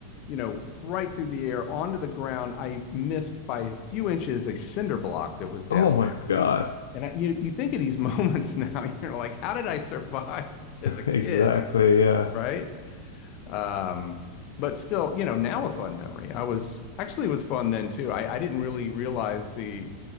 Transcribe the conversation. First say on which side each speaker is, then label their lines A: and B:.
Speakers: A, on the left; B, on the left.
A: you know, right through the air onto the ground. I missed by a few inches a cinder block that was down
B: Oh my
A: there.
B: God. <laughs>
A: And I, you, you think of these <laughs> moments now, you're like, how did I survive as a kid?
B: Exactly. Yeah.
A: Right? Um, but still, you know, now a fun memory. I was actually it was fun then too. I, I didn't really realize the